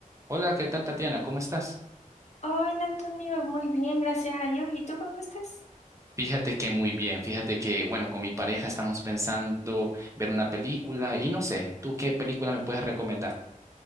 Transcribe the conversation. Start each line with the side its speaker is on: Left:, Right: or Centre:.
Right: Hola, ¿qué tal, Tatiana? ¿Cómo estás?
Left: Hola Antonio, muy bien, gracias a Dios. ¿Y tú cómo estás?
Right: Fíjate que muy bien, fíjate que, bueno, con mi pareja estamos pensando ver una película y no sé, ¿tú qué película me puedes recomendar?